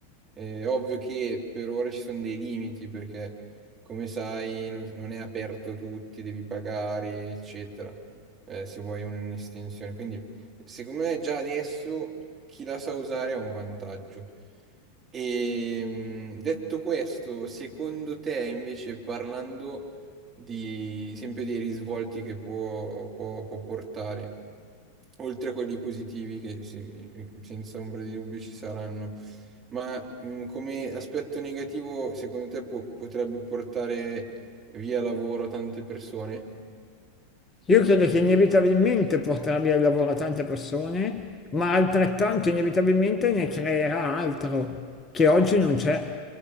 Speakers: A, on the right (about 20°); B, on the left (about 20°).
A: Eh, ovvio che per ora ci sono dei limiti, perché come sai non, non è aperto a tutti, devi pagare, eccetera, eh, se vuoi un'estensione. Quindi Secondo me già adesso chi la sa usare ha un vantaggio. E mh, detto questo, secondo te invece parlando di sempre dei risvolti che può, può- può portare, oltre a quelli positivi che sì, senza ombra di dubbio ci saranno, ma mh, come aspetto negativo secondo te po- potrebbe portare via lavoro a tante persone?
B: Io credo che inevitabilmente porterà via il lavoro a tante persone, ma altrettanto inevitabilmente ne creerà altro che oggi non c'è.